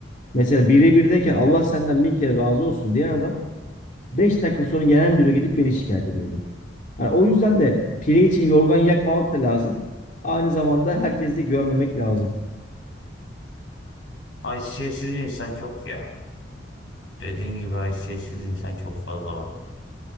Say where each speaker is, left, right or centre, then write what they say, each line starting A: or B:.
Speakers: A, on the left (about 45°); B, on the left (about 85°).
A: Mesela birebirdeyken Allah senden bin kere razı olsun diyen adam Beş dakika sonra genel müdüre gidip beni şikayet ediyordu. Hani o yüzden de pire için yorgan yakmamak da lazım. Aynı zamanda herkese güvenmemek lazım.
B: Haysiyetsiz insan çok ya. Dediğin gibi haysiyetsiz insan çok fazla var.